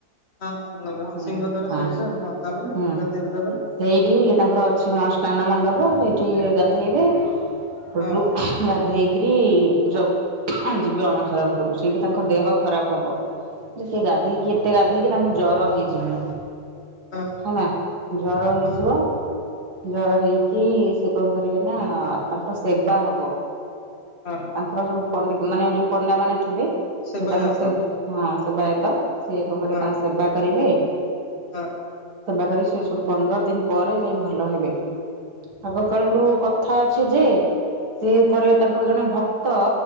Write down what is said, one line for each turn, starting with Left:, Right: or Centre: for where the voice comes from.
Left: ହଁ ଆନ ହଁ
Right: ହୁଁ
Left: ସିଂହ ଦ୍ୱାର
Right: ହଁ
Left: ସାଇଡ ରେ ହଁ ତାପରେ
Right: ହୁଁ।
Left: ଗାଧେଇବେ ତାପରେ
Right: ସେଇଠି ତାଙ୍କର ଅଛି ମାଷ୍ଟ ସ୍ନାନ ମଣ୍ଡପ ଏଇଠି ଗାଧେଇବେ ହେଟୁ
Left: ହଁ ହଁ
Right: ଗାଧେଇକିରି। ଯବ ଯିବେ ଅଣସର ଘରକୁ ସେଇଠି ତାଙ୍କ ତାଙ୍କ ଦେହ ଖରାପ ହବ ଯେ କିଏ ଗାଧେଇକି
Left: ଓହୋ
Right: ଏତେ ଗାଧେଇକି ତାଙ୍କୁ ଜର ହେଇଯିବ।
Left: ହଁ
Right: ହେଲା ଜର ହେଇଯିବ
Left: ହଁ
Right: ଜର ହେଇକି ସେ କଣ କରିବେ ନା ତାଙ୍କର ସେବା ହବ।
Left: ହଁ
Right: ତାଙ୍କର ସବୁ ପଣ୍ଡ ମାନେ ଯୋଉ ପଣ୍ଡା ମାନେ ଥିବେ
Left: ସେବାୟତ
Right: ସେ ତାଙ୍କ ସେ ସେବାୟତ। ସେ କଣ କରିବେ
Left: ହଁ
Right: ତାଙ୍କ ସେବା କରିବେ
Left: ହଁ
Right: ସେବା କରି ସେ ସଠୁ ପନ୍ଦର ଦିନ ପରେ ଯାଇ ଭଲ ହେବେ ଆଗ
Left: ଓହୋ
Right: କାଳରୁ କଥା ଅ ଅ ଯେ ସେ ଥରେ
Left: ହଁ
Right: ତାଙ୍କର ଜଣେ ଭକ୍ତ